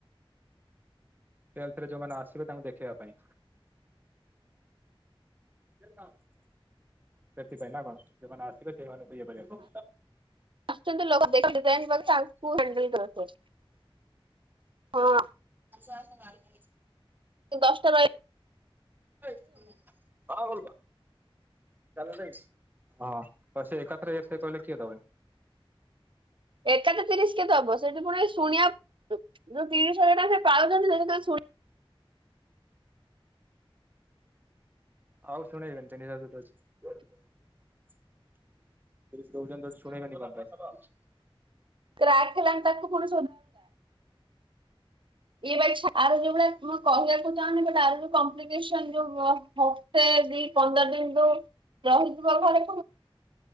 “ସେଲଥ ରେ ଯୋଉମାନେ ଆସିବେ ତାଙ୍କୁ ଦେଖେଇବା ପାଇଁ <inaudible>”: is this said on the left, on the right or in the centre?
Right